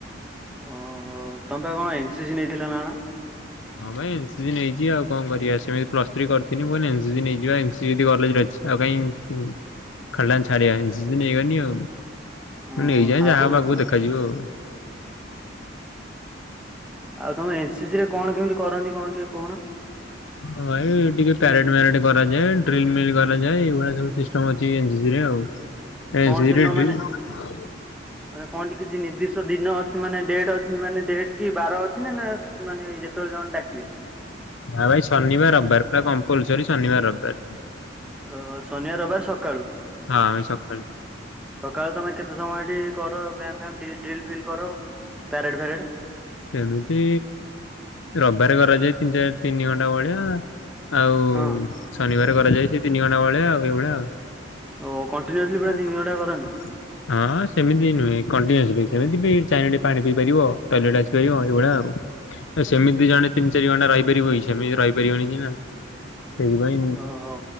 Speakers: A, in the centre; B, on the left.
A: ଓ ହୋ ତମ ତ କଣ ଏନ୍ସି ସି ନେଇଥିଲ ନା କଣ?
B: ହଁ ଭାଇ ଏସି ସ ନେଇଛି ଆଉ କଣ କରିବା ସେମିତି ପ୍ଲସ ଥ୍ରୀ କରିିହ ଏସି ସ ନେଇଯ ଏଦି କଲେଜରେ ଅଛି ଆଉ କାଇଁ ଖେ ଛାଡିବା ଏସି ନେଇଗନି ଆଉ
A: ହ
B: ନେଇଯାଏ
A: ଆଉ
B: ଯାହା ହବ
A: ଉ
B: ଆଗକୁ ଦେଖାଯିବ ଆଉ।
A: ଆଉ ତମେ ଶିଶିରେ କଣ କେମିତି କରନ୍ତି କଣ ଟିକେ କହୁନ।
B: ହଁ ଭାଇ ଟିକେ ପ୍ୟାରେଡ୍ ମ୍ୟାରେଡ୍ କରାଯାଏ ଡ୍ରିଲ ମିଲ୍ କରାଯାଏ ଏଇଭଳିଆ ସବୁ ସିଷ୍ଟମ ଅଛି। <inaudible> ଆଉ
A: କଣ ସେଦିନ ମାନେ
B: <inaudible>
A: ମାନେ କଣ କିଛି ନିର୍ଦ୍ଦିଷ୍ଟ ଦିନ ଅଛି ମାନେ ଡଟ ମାନେ ଡେଟ କି ବାର ଅଛି ନା ନା ମାନେ ଯେତେବେଳେ ଜଣ ଡାକିବେ।
B: ହ ଭାଇ ଶନିବାର ରବିବାର ପୁରା କମ୍ପଲସରୀ ଶନିବାର ରବିବାର।
A: ଅ ଶନିବ ରବାର ସକାଳୁ।
B: ହଁ ଭାଇ ସକାଳୁ।
A: ସକାଳୁ ତମେ କେତେ ସମୟ ହେଠି କର ବ୍ୟାୟାମ ଫାୟାମ ଡ୍ରିଲ ଫି ଫିଲ୍ କର। ପ୍ୟାରେଡ ଫ୍ୟାରେଡ
B: ସେମିତି ରବିବାର କରାଯାଏ ତିନି ଚାରି ତିନି ଘଣ୍ଣ୍ଡା ଭଳିଆଉ ଆଉ
A: ହଁ
B: ଶନିବାର କରାଯାଇଛି। ତିନିି ଘଣ୍ଟା ଭଳିଆ ଆଉ ଏଳିଆ ଆଉ
A: ଓ କଣ୍ଟିନ୍ୟୁସଲି ପୁରା ତିନି
B: <inaudible>
A: ଘଣ୍ଟା କରନ୍ତି?
B: ହଁ ସେମିତି ନୁହେଁ କଣ୍ଟିନିଅସଲି ସେମତି ବି ଚାରିଣ୍ଟି ପାଣି ହେପାରିବ ପଲେଟ ଆସିପାରିବ ଏଇଭଳିଆ ଆଉ ସେମିତି ଜଣେ ତିନି ଚାରି ଘଣ୍ଟା ରହିପାରିବଇ ସେମିତି ରହିପାରିବନି ସିନା ସେଇଥିପାଇଁ
A: ଓହୋ